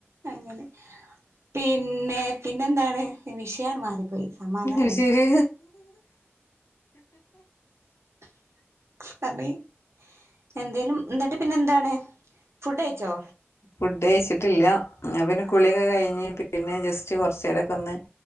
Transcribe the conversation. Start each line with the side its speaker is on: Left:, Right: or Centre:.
Right: അങ്ങനെ പിന്നേ പിന്നെന്താണ് വിഷയം മാറിപ്പോയി സമാധാനായിപ്പോ
Left: ഉം ശരി
Right: <unintelligible> എന്തേലും എന്നിട്ട് പിന്നെ എന്താണ് ഫുഡ് കഴിച്ചോ
Left: ഫുഡ് കഴിച്ചിട്ടില്ല എന്ന പിന്നെ കുളിയൊക്കെ കഴിഞ്ഞ് പിന്നെ ജസ്റ്റ് കുറച്ച് നേരൊക്കെ ഒന്ന്